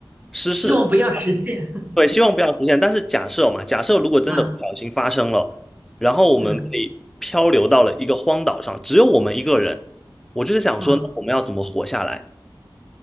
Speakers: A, in the centre; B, on the right.
A: 失事，
B: 希望不要实现。<laughs>
A: 对，希望不要出现。但是假设嘛，假设如果真的不小心发生了，
B: 啊
A: 然后我们被漂流到了一个荒岛上，
B: 嗯
A: 只有我们一个人，我就是想说，
B: 嗯
A: 那我们要怎么活下来？